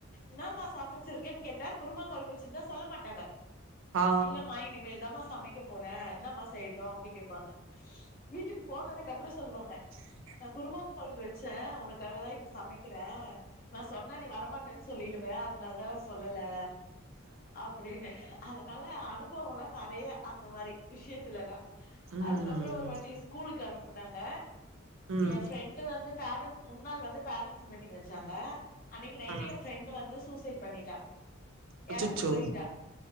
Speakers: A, on the left; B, on the right.
A: என்னமா சமைச்சிருக்கேன் கேட்டா குருமா கொழம்பு வச்சிருந்தா சொல்ல மாட்டாங்க
B: ஆ
A: இல்லமா இனிமேல் தாமா சமைக்க போற என்னமா செய்ட்டு அப்டி கேட்பாங்க வீட்டுக்கு போனதுக்கு அப்பற சொல்வாங்க
B: <inaudible>
A: நா குருமா கொழம்பு வெச்ச உனக்காக தா இப்ப சமைக் க்கிற நா சொன்னா நீ வரமாட்டன் சொல்லிடுவ அதனால தா சொல்லல அப்டினு அதனால அனுபவல்லா நெறையா அந்த மாரி விஷ்யத்துலலா
B: ம்
A: அதுக்கப்ரோ ஒரு வாட்டி ஸ்கூலுக்கு அனுப்புனாங்க
B: ம்
A: எ ஃப்ரெண்டு வந்து பேரண் முன்னால் வந்து பேரண்ட்ஸ் மிட்டிங் வச்சாங்க அன்னைக்கு நைட்டு
B: ம்
A: என் ஃபிரெண்ட் வந்து சூசைட் பண்ணிட்டா
B: அச்சச்சோ
A: எறந்து போயிட்டா